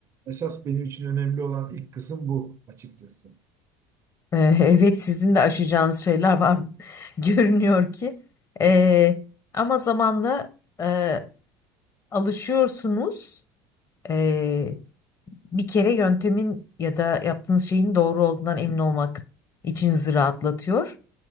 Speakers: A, on the right (about 40°); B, on the left (about 35°).
A: Esas benim için önemli olan ilk kısım bu açıkçası.
B: E, <laughs> evet sizin de aşacağınız şeyler var <laughs> görünüyor ki. E, ama zamanla e, alışıyorsunuz. E, bir kere yöntemin ya da yaptığınız şeyin doğru olduğundan emin olmak içinizi rahatlatıyor.